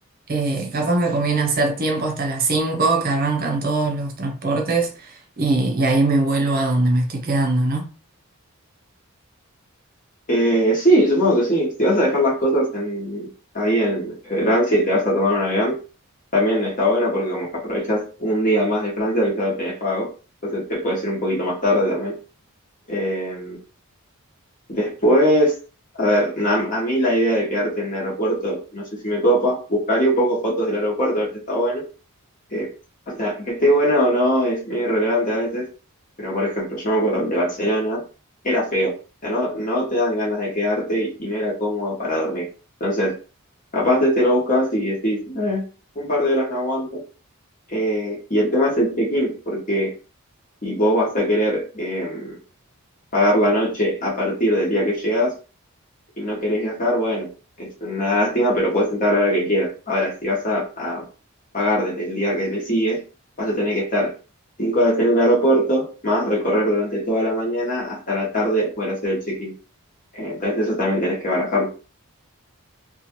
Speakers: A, on the right; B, on the left.
A: Eh, capaz me conviene hacer tiempo hasta las 5 que arrancan todos los transportes y, y ahí me vuelvo a donde me estoy quedando, ¿no?
B: Eh, sí, supongo que sí. Si vas a dejar las cosas en, ahí en Francia y te vas a tomar un avión, también está bueno porque como que aprovechas un día más de Francia que ya lo tenés pago. Entonces te puedes ir un poquito más tarde también. Eh, Después, a ver, na- a mí la idea de quedarte en el aeropuerto, no sé si me copa, buscaría un poco fotos del aeropuerto, a ver si está bueno. Eh, o sea, que esté bueno o no es medio irrelevante a veces, pero por ejemplo, yo me acuerdo el de Barcelona, era feo, o sea, no, no te dan ganas de quedarte y, y no era cómodo para dormir. Entonces, capaz de te lo buscas y decís, "Eh, un par de horas no aguanto. Eh, y el tema es el check-in, porque si vos vas a querer em, pagar la noche a partir del día que llegas, y no querés viajar, bueno, es una lástima, pero puedes entrar a la hora que quieras. Ahora, si vas a, a pagar desde el día que le sigue, vas a tener que estar cinco horas en el aeropuerto, más recorrer durante toda la mañana hasta la tarde poder hacer el check-in. Eh, Entonces eso también tenés que barajar.